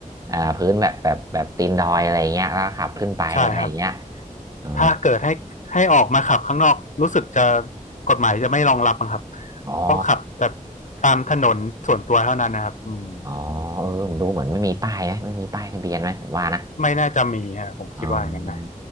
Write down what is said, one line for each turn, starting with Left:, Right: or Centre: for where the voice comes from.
Right: อ่าพื้นแบบแบบแบบตีนดอยอะไรเงี้ยแล้วขับขึ้นไปอะไรเงี้ย
Left: ใช่ครับ
Right: อ๋อ
Left: ถ้าเกิดให้ให้ออกมาขับข้างนอกรู้สึกจะกฎหมายจะไม่รองรับมั้งครับ
Right: อ๋อ
Left: ต้องขับแต่ตามถนนส่วนตัวเท่านั้นนะครับอืม
Right: อ๋อเออผมดูเหมือนไม่มีป้ายไหมไม่มีป้ายทะเบียนไหมผมว่านะ
Left: ไม่น่าจะมีฮะผมคิดว่าอย่างนั้นนะ
Right: อ๋อ